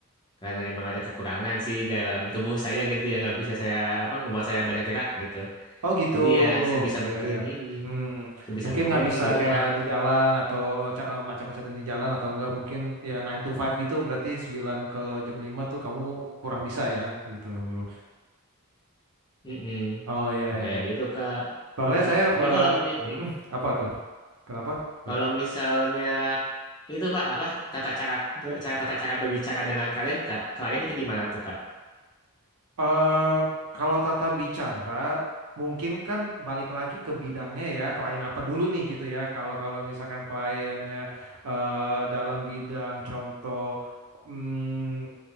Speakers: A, on the left; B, on the right.
A: karena emang ada kekurangan sih dalam tubuh saya gitu yang nggak bisa saya apa ngebuat saya banyak gerak gitu.
B: Oh gitu.
A: Jadi ya sebisa
B: Iya
A: mungkin,
B: ya.
A: mm-mm.
B: Hmm,
A: sebisa
B: mungkin
A: mungkin
B: nggak bisa
A: di rumah.
B: kayak di jalan atau oh, ca- eh, macam-macam yang di jalan atau enggak mungkin ya nine to five gitu berarti 9 ke jam 5 tuh kamu kurang bisa ya gitu bro.
A: Mm-mm.
B: Oh iya
A: Nah
B: iya
A: kayak
B: iya.
A: gitu Kak.
B: Soalnya
A: Meng-
B: saya
A: Tapi
B: ba-
A: kalau mi- mm,
B: Mm, apa tuh? Kenapa? Sorry.
A: kalau misalnya itu Pak apa tata cara be- cara tata cara berbicara dengan kalian Kak, klien itu gimana tuh Kak?
B: eh kalau tata bicara mungkin kan balik lagi ke bidangnya ya, klien apa dulu nih gitu ya. Kalau kalau misalkan kliennya eh, dalam bidang contoh hmm,